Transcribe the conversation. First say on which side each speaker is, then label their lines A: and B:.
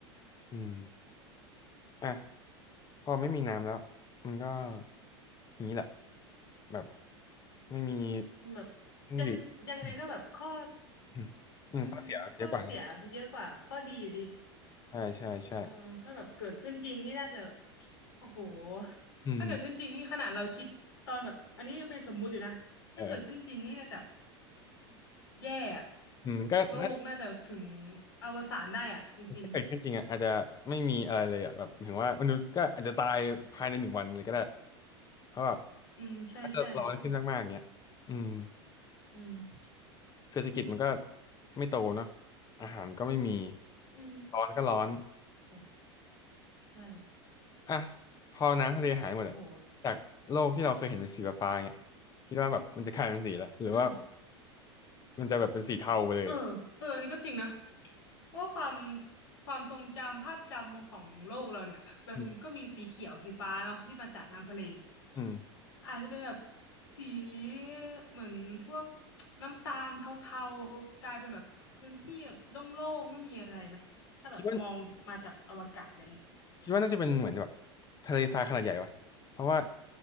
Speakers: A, on the left; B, on the left.
A: อืมอ่ะพอไม่มีน้ำแล้วมันก็อย่างนี้แหละแบบไม่มี
B: มันแบบ
A: เครื่องดื่มอื
B: ยังยังไงก็แบบข้อ
A: มอืม
B: อืมข้อเสียเยอะกว่าข้อดีอยู่ดี
A: ข้อเสียเยอะกว่านะใช่ใช่ใช่
B: เออถ้าแบบเกิดขึ้นจริงนี่น่าจะโอ้โห
A: อืม
B: ถ้าเกิดขึ้นจริงนี่ขนาดเราคิดตอนแบบอันนี้ยังเป็นสมมุติอยู่นะถ้าเกิดขึ้นจริงนี่น่าจะ
A: เออ
B: แย่อะ
A: อืมก็น่า
B: โลกน่าจะถึงอวสานได้อะจริง
A: ถ้าเกิดขึ้นจริงอ่ะอาจจะไม่มีอะไรเลยอ่ะแบบถึงว่ามนุษย์ก็อาจจะตายภายในหนึ่งวันเลยก็ได้เพราะแบบ
B: ๆอืมใช่ใช่
A: ถ้าเกิดร้อนขึ้นมากๆอย่างเงี้ยอืม
B: อืม
A: เศรษฐกิจมันก็ไม่โตเนาะอาหารก็ไม่มี
B: อืม
A: ร้อนก็ร้อน
B: โอ้ใช่
A: อ่ะพอน้ำทะเลหายหมดอ่ะจากโลกที่เราเคยเห็นเป็นสีฟ้าๆเงี้ย
B: โอ้โห
A: คิดว่าแบบมันจะกลายเป็นสีละหรือว่า
B: อืม
A: มันจะแบบเป็นสีเทาไปเลย
B: เออเอออันนี้ก็จริงนะ เพราะว่าความความทรงจำภาพจำของโลกเราเนี่ยมันมันก็มีสีเขียวสีฟ้าเนาะที่มาจากน้ำทะเล
A: อืมอืม
B: อาจจะเป็นแบบสีเหมือนพวกน้ำตาลเทาๆกลายเป็นแบบพื้นที่แบบโล่งๆไม่มีอะไรไหมถ้าแบบมองมาจากอวกาศอะไรเงี้ย
A: คิดว่าคิดว่าน่าจะเป็นเหมือนแบบทะเลทรายขนาดใหญ่ปะเพราะว่า